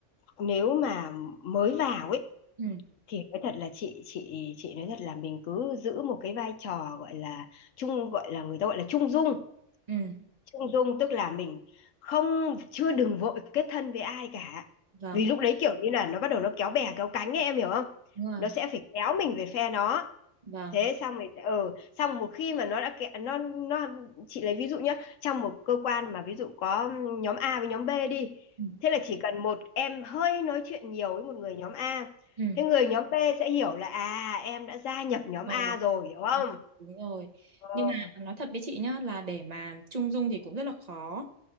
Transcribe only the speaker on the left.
nếu mà mới vào ấy
thì nói thật là chị chị chị nói thật là mình cứ giữ một cái vai trò gọi là trung gọi là người ta gọi là trung dung
trung dung tức là mình không chưa đừng vội kết thân với ai cả
vì lúc đấy kiểu như là nó bắt đầu nó kéo bè kéo cánh ấy em hiểu không
nó sẽ phải kéo mình về phe nó
thế xong rồi ừ xong một khi mà nó đã kẹ, nó nó chị lấy ví dụ nhé trong một cơ quan mà ví dụ có nhóm A với nhóm B đi
thế là chỉ cần một em hơi nói chuyện nhiều với một người nhóm A
thế người nhóm B sẽ hiểu là à em đã gia nhập nhóm
A rồi hiểu không
ờ